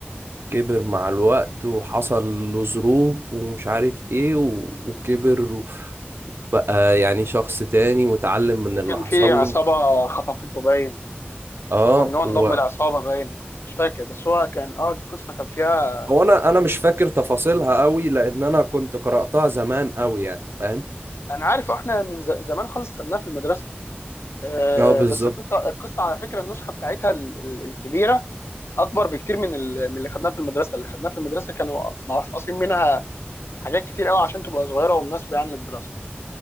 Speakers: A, on the right; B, on the left.
A: كبر مع الوقت وحصل له ظروف ومش عارف إيه و- وكبر بقى يعني شخص تاني واتعلم من
B: وكان
A: اللي حصل
B: في عصابه
A: له
B: خطفته باين
A: اه
B: او ان هو
A: هو
B: انضم لعصابه باين مش فاكر بس هو كان اه القصه كان فيها
A: هو انا انا مش فاكر تفاصيلها قوي لان انا كنت قرأتها زمان قوي يعني فاهم
B: انا عارف احنا من ز- زمان خالص خدناها في المدرسه أه
A: اه بالظبط
B: بس القصه القصه على فكره النسخه بتاعتها ال- ال- الكبيره اكبر بكتير من ال- من اللي خدناها في المدرسه اللي خدناها في المدرسه كانوا مقصقصين منها حاجات كتير قوي عشان تبقى صغيره ومناسبه يعني للدراسه